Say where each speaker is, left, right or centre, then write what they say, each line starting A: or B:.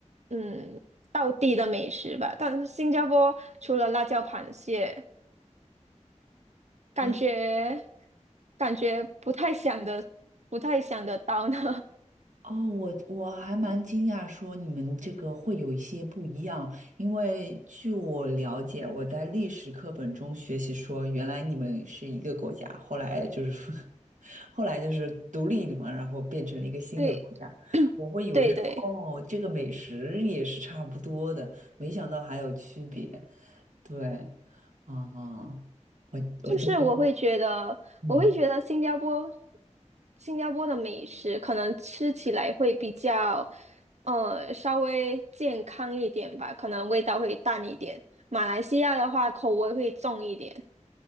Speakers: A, on the right; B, on the right.
A: 嗯，道地的美食吧。但是新加坡除了辣椒螃蟹，感觉
B: 啊。
A: 感觉不太想的，不太想得到呢。
B: 哦，我我还蛮惊讶，说你们这个会有一些不一样，因为据我了解，我在历史课本中学习说，原来你们是一个国家，后来就是说，<laughs> 后来就是独立了嘛，然后变成了一个新的国家。
A: <laughs> 对
B: 我会以为说，
A: 对对。
B: 哦，这个美食也是差不多的，没想到还有区别。对，啊、我我今天。
A: 就是我会觉得，
B: 嗯。
A: 我会觉得新加坡，新加坡的美食可能吃起来会比较，呃，稍微健康一点吧，可能味道会淡一点。马来西亚的话，口味会重一点。